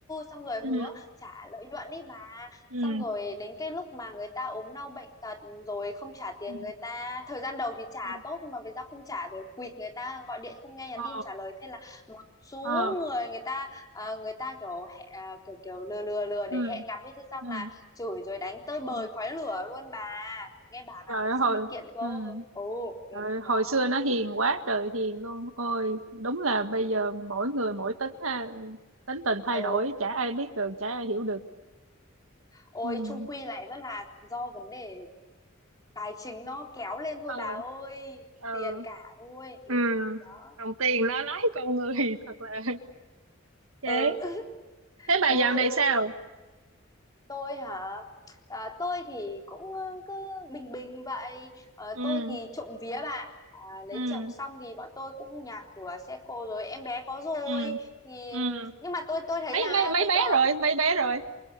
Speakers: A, on the left (about 20°); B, on the right (about 80°).
A: xong rồi hứa
B: ừ,
A: trả lợi nhuận đi bà
B: ừ,
A: xong rồi đến cái lúc mà người ta ốm đau bệnh tật rồi không trả tiền
B: ừ,
A: người ta thời gian đầu thì trả
B: ừ.
A: tốt nhưng mà về sau không trả rồi quỵt người ta gọi điện không nghe nhắn
B: Ờ,
A: tin không trả lời thế là một số
B: ờ,
A: người người ta ờ, người ta kiểu hẹ- à, kiểu kiểu lừa lừa lừa
B: ừ,
A: để hẹn gặp ấy thế xong
B: ừ,
A: là chửi rồi đánh tơi bời
B: ừ.
A: khói lửa luôn bà nghe bảo
B: Trời
A: là còn
B: ơi,
A: sắp
B: hồi,
A: bị kiện cơ
B: ừ.
A: ồ ừ,
B: Trời
A: ừ,
B: ơi, hồi
A: đó
B: xưa nó hiền quá trời hiền luôn. Ôi, đúng là bây giờ mỗi người mỗi tính ha, tính tình thay
A: ừ
B: đổi, chả ai biết được, chả ai hiểu được.
A: ôi
B: Ừ,
A: chung quy lại vẫn là do vấn đề tài chính nó kéo lên thôi
B: ờ,
A: bà ơi
B: ờ,
A: tiền cả thôi ừ,
B: ừ.
A: đó
B: Đồng tiền nó lái con người <laughs> thật là. Vậy,
A: ừ <laughs>
B: thế bà
A: ừ
B: dạo này
A: ừ
B: sao?
A: tôi hả à, tôi thì cũng ờ, cứ bình bình vậy Ờ,
B: Ừ.
A: tôi thì trộm vía bà à, lấy
B: ừ
A: chồng xong thì bọn tôi cũng nhà cửa xe cộ rồi em bé có rồi
B: ừ
A: thì
B: ừ
A: nhưng mà tôi tôi thấy
B: mấy
A: là
B: mấy mấy
A: bây
B: bé
A: giờ
B: rồi mấy bé rồi